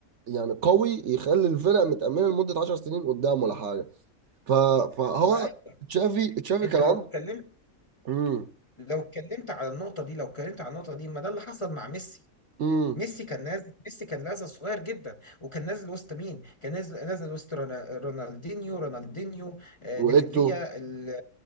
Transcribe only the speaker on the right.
يعني قوي يخلي الفرق متأمنة لمدة عشر سنين قدام ولا حاجة ف... فهو
تشافي تشافي
كان
عنده
مم.
امم
وايتو